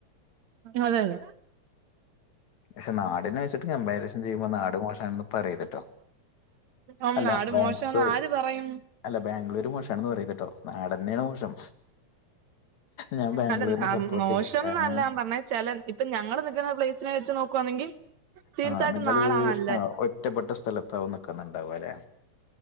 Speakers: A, on the right (about 70°); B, on the left (about 75°).
A: അതെ അതെ
B: ഷെ നാടിനെച്ചിട്ട് കമ്പാരിസൺ ചെയ്യുമ്പോ നാട് മോശാണന്ന് പറയരുത്ട്ടോ.
A: ഉം
B: അല്ലാ
A: നാട്
B: ബാ
A: മോശംന്ന്
B: സോറി
A: ആര് പറയും
B: അല്ല ബാംഗ്ലൂര് മോശാണെന്ന് പറയരുത്. ട്ടോ നാടന്നെയാണ് മോശം. ഞാൻ ബാംഗ്ലൂരിനെ
A: അല്ല ആഹ്
B: സപ്പോർട്ട്
A: മോശംന്നല്ല
B: ചെയ്യും കാരണം
A: ഞാൻ പറഞ്ഞെ ചെല ഇപ്പം ഞങ്ങള് നിക്കുന്ന പ്ലേയ്സിനെ വെച്ച് നോക്കുവാണെങ്കിൽ തീർച്ചായിട്ടും
B: ആ നിങ്ങള്
A: നാടാ നല്ലെ.
B: ആ ഒറ്റപ്പെട്ട സ്ഥലത്താവും നിക്കുന്നുണ്ടാവല്ലെ?